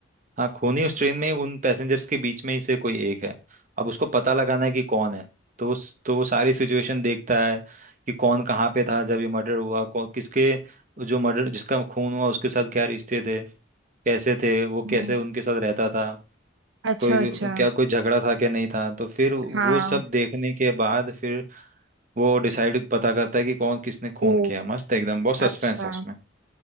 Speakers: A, on the right; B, on the right.
A: हाँ खून ही उस ट्रेन में ही उन पैसेंजर्स के बीच में ही से कोई एक है अब उसको पता लगाना है कि कौन है तो उस तो वो सारी सिचुएशन देखता है कि कौन कहाँ पे था जब ये मर्डर हुआ कौन किसके जो मर्डर जिसका खून हुआ उसके साथ क्या रिश्ते थे कैसे थे वो
B: हम्म,
A: कैसे उनके साथ रहता था
B: अच्छा
A: कोई
B: अच्छा
A: क्या कोई झगड़ा था क्या नहीं था तो फिर वो
B: हाँ
A: सब देखने के बाद फिर वो डिसाइड पता करता है कि कौन किसने खून
B: ओ
A: किया मस्त है एकदम बहुत सस्पेंस
B: अच्छा
A: है उसमें